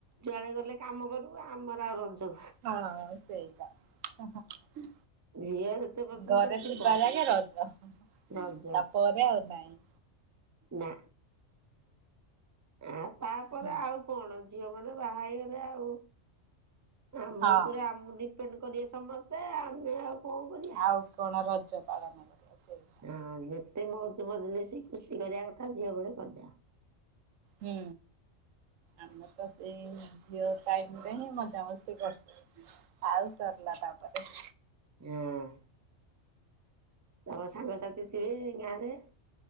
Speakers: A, on the right (about 20°); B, on the right (about 90°).
A: ଯୁଆଡେ ଗଲେ କାମ କରିବୁ ଆମର ଆଉ ରଜ
B: ହଁ ସେଇ ତ ଅହଁ
A: ଝିଅ ଯେତେ ପର୍ଯ୍ୟନ୍ତ
B: ଘରେ
A: ଥିବ
B: ଥିବାବେଳେ ରଜ ହଁ ହଁ।
A: ରଜ
B: ତାପରେ ଆଉ ନାଇଁ।
A: ନା। ଆ ତାପରେ
B: ହୁଁ
A: ଆଉ କଣ ଝିଅମାନେ ବାହା ହେଇଗଲେ ଆଉ ଆମ
B: ହଁ
A: ଉପରେ ଆମ-ଡିପେଣ୍ଡ୍ କରିବେ ସମସ୍ତେ ଆମେ ଆଉ କଣ କରିବା।
B: ଆଉ କଣ ରଜ ପାଳନ କରିବା ସେଇଟା।
A: ହଁ ଯେତେ ମୋଉଜ ମଜଲିସି ଖୁସି କରିବା କଥା ଝିଅ ବୋଳେ କରଦିଅ।
B: ହୁଁ। ଆମର ତ ସେଇ ଝିଅ ଟାଇମରେ ହିଁ ମଜାମସ୍ତି କରଛୁ ଆଉ ସରଲା ତାପରେ
A: ହଁ। ତମ ସାଙ୍ଗସାଥି ଥିବେ ଗାଁରେ?